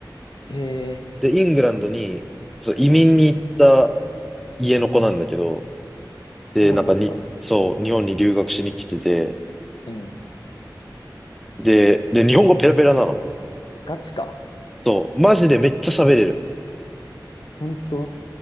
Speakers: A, on the left; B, in the centre.
A: へえ。
B: で、イングランドに、そう、移民に行った
A: うん。
B: 家の子なんだけど、
A: うん。
B: で、
A: そうなんだ。
B: なんかに、そう、日本に留学しに来てて、
A: うん。
B: で、で、日本語ペラペラなの。
A: ガチか。
B: そう、マジでめっちゃ喋れる。
A: ほんと